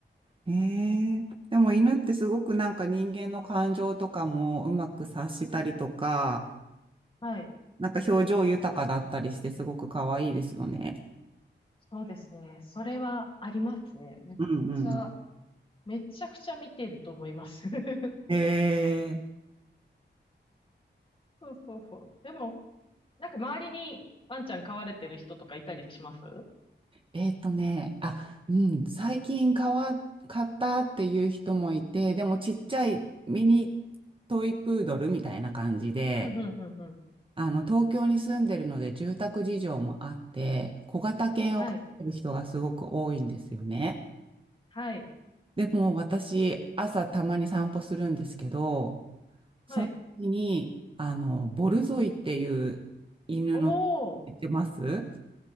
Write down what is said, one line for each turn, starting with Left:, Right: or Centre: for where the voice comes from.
Right: ええでも犬ってすごくなんか人間の感情とかもうまく察したりとか、
Left: う。はい。
Right: なんか表情豊かだったりしてすごく可愛いですよね。
Left: そうですね。それはありますね。めっちゃ、
Right: うんうん。
Left: めちゃくちゃ見てると思います。<laughs>
Right: え
Left: そうそうそう。でも、なんか周りにワンちゃん飼われてる人とかいたりします
Right: ええっとね、あ、うん、最近買わ、買ったっていう人もいて、でもちっちゃいミニトイプードルみたいな感じで、
Left: うんうんうん
Right: あの、東京に住んでるので住宅事情もあって、小型犬を飼ってる人がすごく多いんですよね。
Left: はい。はい。
Right: でも私、朝たまに散歩するんですけど、
Left: はい。
Right: その時に、あの、ボルゾイっていう犬の、
Left: おー、
Right: 言ってます